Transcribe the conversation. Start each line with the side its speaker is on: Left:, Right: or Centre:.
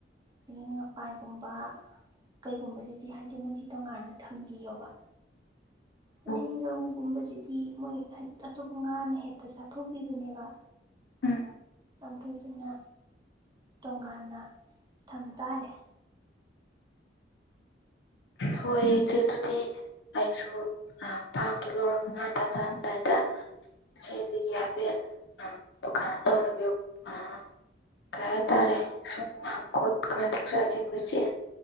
Right: ꯑꯗꯩ ꯉꯄꯥꯏꯒꯨꯝꯕ ꯀꯩꯒꯨꯝꯕꯁꯤꯗꯤ ꯍꯥꯏꯗꯤ ꯃꯣꯏꯗꯤ ꯇꯣꯉꯥꯟꯅ ꯊꯝꯕꯤꯌꯣꯕ ꯍꯥꯏꯗꯤ
Left: ꯑꯣ
Right: ꯔꯧꯒꯨꯝꯕꯁꯤꯗꯤ ꯃꯣꯏ ꯍꯥꯏ ꯑꯇꯣꯞꯄ ꯉꯥꯅ ꯍꯦꯇ ꯆꯥꯊꯣꯛꯄꯤꯕꯅꯦꯕ
Left: ꯎꯝ
Right: ꯑꯗꯨꯗꯨꯅ ꯇꯣꯉꯥꯟꯅ ꯊꯝ ꯇꯥꯔꯦ
Left: ꯍꯣꯏ ꯏꯆꯦ ꯑꯗꯨꯗꯤ ꯑꯩꯁꯨ ꯑ ꯐꯥꯝꯗ‌ꯣ ꯂꯧꯔꯒ ꯉꯥ ꯊꯥꯗꯔꯝꯗꯥꯏꯗ ꯏꯆꯦꯗꯒꯤ ꯍꯥꯏꯐꯦꯠ ꯑꯥ ꯀꯩꯅꯣ ꯇꯧꯔꯒꯦ ꯑꯥ ꯀꯩ ꯍꯥꯏꯇꯥꯔꯦ ꯁꯨꯝ ꯍꯥꯡꯈ‌ꯣꯠ ꯈꯔ ꯇꯧꯖꯔꯛꯀꯦꯀꯣ ꯏꯆꯦ